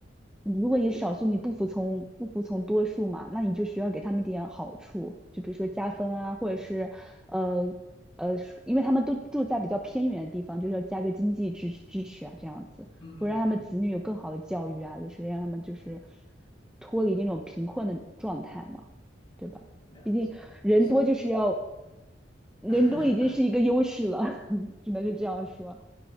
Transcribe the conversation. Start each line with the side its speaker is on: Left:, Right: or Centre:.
Centre: 你如果你少数你不服从不服从多数嘛，那你就需要给他们一点好处，就比如说加分啊，或者是呃呃，因为他们都住在比较偏远的地方，就是要加个经济支支持啊，这样子，
Left: 嗯嗯嗯嗯嗯，
Centre: 会让他们子女有更好的教育啊，就是让他们就是脱离那种贫困的状态嘛，对吧？
Left: 了解，
Centre: 毕竟人多就是要，
Left: 是
Centre: 人多已经是一个优势了，
Left: <laughs>
Centre: <laughs> 只能是这样说。